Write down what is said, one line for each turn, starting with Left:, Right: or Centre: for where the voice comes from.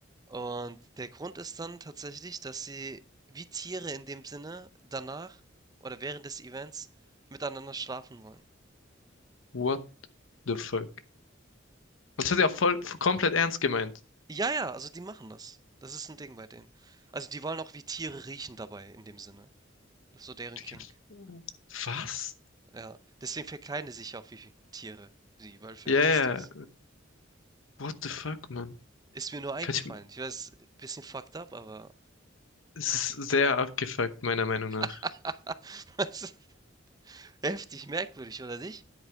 Right: Und der Grund ist dann tatsächlich, dass sie wie Tiere in dem Sinne danach oder während des Events miteinander schlafen wollen.
Left: What the fuck? Und das hat er auch voll komplett ernst gemeint.
Right: Ja, ja, also die machen das. Das ist ein Ding bei denen. Also, die wollen auch wie Tiere riechen dabei in dem Sinne. Das ist so deren
Left: Digga,
Right: Kink.
Left: Was?
Right: Ja, deswegen verkleiden die sich ja auch wie Tiere, wie Wölfe,
Left: Ja,
Right: dies,
Left: yeah,
Right: das.
Left: What the fuck, Mann?
Right: Ist mir nur eingefallen.
Left: Kann ich,
Right: Ich weiß, ein bisschen fucked up, aber
Left: es ist sehr abgefuckt, meiner Meinung nach.
Right: <laughs> das ist heftig merkwürdig, oder nicht?